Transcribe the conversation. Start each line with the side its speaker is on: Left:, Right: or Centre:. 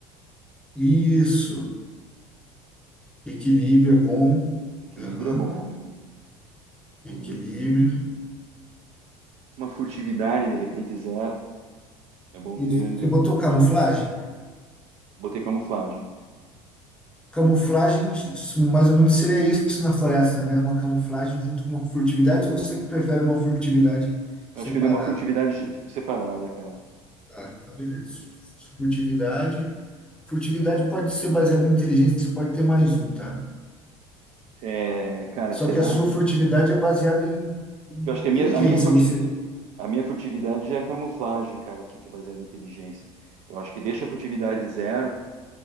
Centre: Isso. Equilíbrio é bom.
Right: Equilíbrio
Centre: Aham.
Right: é bom, né? Vamos
Centre: Equilíbrio.
Right: ver o que. um, Uma furtividade, de repente, zero. É bom ter,
Centre: Isso.
Right: né?
Centre: Você botou camuflagem?
Right: Botei camuflagem.
Centre: Camuflagem, isso mais ou menos seria isso na floresta, né? Uma camuflagem junto com uma furtividade, ou você que prefere uma furtividade
Right: Acho
Centre: separada?
Right: que eu dei uma furtividade separada, cara.
Centre: Tá, então beleza. Furtividade. Furtividade pode ser baseada em inteligência, pode ter mais um, tá?
Right: É, cara,
Centre: Só
Right: será?
Centre: que a sua furtividade é baseada em
Right: Que eu acho que a minha,
Centre: inteligência.
Right: a minha, furti...
Centre: Você.
Right: a minha furtividade já é camuflagem, cara, aqui, que é baseada em inteligência. Eu acho que deixa a furtividade zero